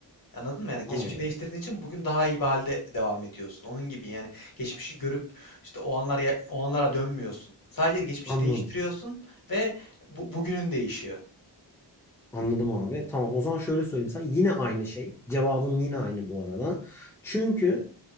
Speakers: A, on the left; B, in the centre.
A: Anladın mı? Yani geçmişi
B: abi
A: değiştirdiğin için bugün daha iyi bir halde devam ediyorsun. Onun gibi yani geçmişi görüp işte o anlar ya- o anlara dönmüyorsun. Sadece geçmişi
B: anladım.
A: değiştiriyorsun ve bu, bugünün değişiyor.
B: Anladım abi. Tamam o zaman şöyle söyleyeyim sana. Yine aynı şey. Cevabım yine aynı bu arada. Çünkü